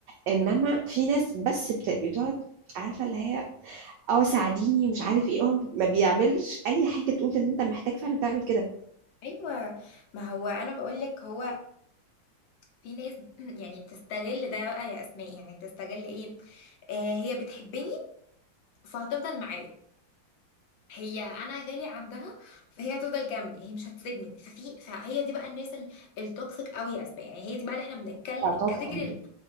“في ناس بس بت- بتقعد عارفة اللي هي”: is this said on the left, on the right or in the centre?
Right